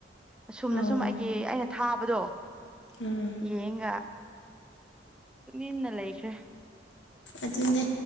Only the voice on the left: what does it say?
ꯑꯣ
ꯎꯝ
ꯑꯗꯨꯅꯦ